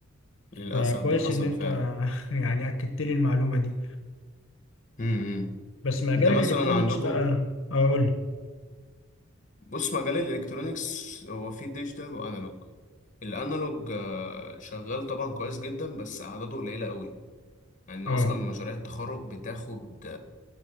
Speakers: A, on the left (about 40°); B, on the left (about 65°).
A: للأسف
B: فكويس
A: ده حصل
B: ان انت
A: فعلا
B: <laughs> يعني اكدت لي المعلومة دي
A: امم
B: بس مجال
A: انت مثلا
B: الالكترونيكس
A: عندكم
B: بقى اه قول لي
A: بص مجال الالكترونيكس هو فيه ديجيتال وانالوج الانالوج آه، شغال طبعا كويس جدا بس اعداده قليلة قوي لان
B: اه
A: اصلا مشاريع التخرج بتاخد